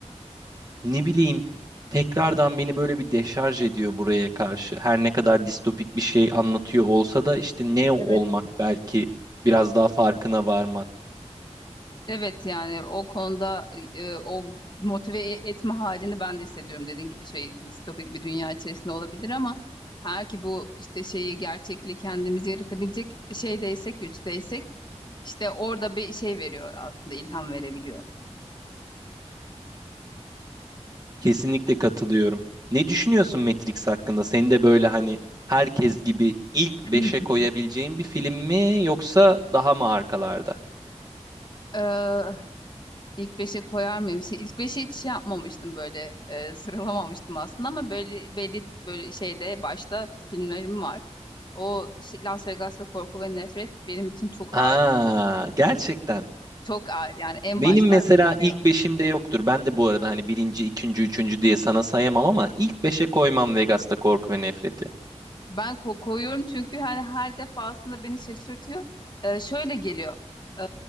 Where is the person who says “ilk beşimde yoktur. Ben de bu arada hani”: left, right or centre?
Right